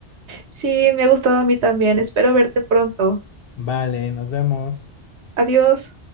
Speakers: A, on the right; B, on the left.
A: sí, me ha gustado a mí también. Espero verte pronto.
B: Vale, nos vemos.
A: Adiós.